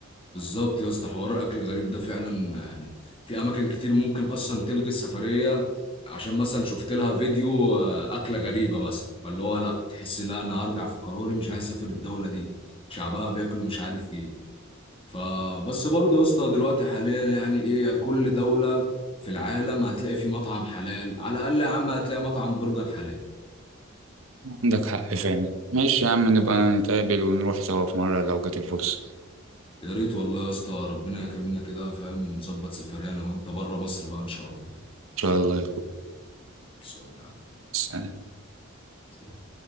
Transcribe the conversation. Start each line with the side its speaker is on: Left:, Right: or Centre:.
Left: بالظبط يا اسطى حوار الاكل الغريب ده فعلا يعني في اماكن كتير ممكن اصلا تلغي السفريه عشان مثلا شفت لها فيديو آه، اكله غريبه مثلا فاللي هو لا تحس لا انا هرجع في قراري مش عايز اسافر الدوله دي شعبها بياكلوا مش عارف ايه فبس برضه يا اسطى دلوقتي حاليا يعني ايه كل دوله في العالم هتلاقي في مطعم حلال على الاقل يا عم هتلاقي مطعم برجر حلال
Right: عندك حق فعلا ماشي يا عم نبقى نتقابل ونروح سوا في مرة لو جت الفرصة
Left: يا ريت والله يا اسطى ربنا يكرمنا كده فاهم ونظبط سفرية انا وانت بره مصر بقى ان شاء الله
Right: إن شاء الله يا أخوي.
Left: خلصانة يا
Right: سلام
Left: عم.